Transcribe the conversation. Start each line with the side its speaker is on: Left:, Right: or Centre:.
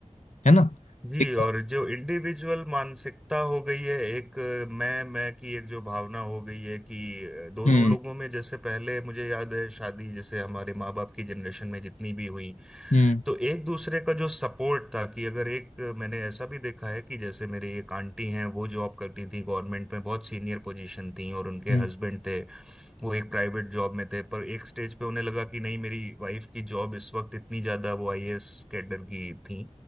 Left: है ना
Centre: जी
Left: एक
Centre: और जो इंडिविजुअल मानसिकता हो गई है एक अ, मैं मैं की एक जो भावना हो गई है कि अ, दोनों
Left: हम्म
Centre: लोगों में जैसे पहले मुझे याद है शादी जैसे हमारे माँ बाप की जनरेशन में जितनी भी हुई
Left: हम्म
Centre: तो एक दूसरे का जो सपोर्ट था कि अगर एक अ, मैंने ऐसा भी देखा है कि जैसे मेरे एक आंटी हैं वो जॉब करती थी गवर्नमेंट में बहुत सीनियर पोजीशन थी और उनके
Left: हम्म
Centre: हस्बैंड थे वो एक प्राइवेट जॉब में थे पर एक स्टेज पे उन्हें लगा कि नहीं मेरी वाइफ की जॉब इस वक्त इतनी ज्यादा वो आईएएस कैडर की थी